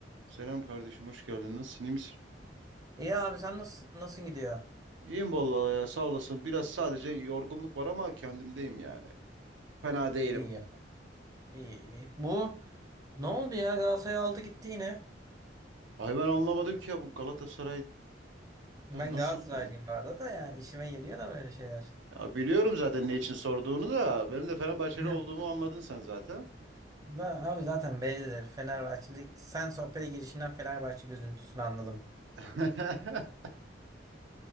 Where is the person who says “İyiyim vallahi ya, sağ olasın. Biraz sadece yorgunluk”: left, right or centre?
Right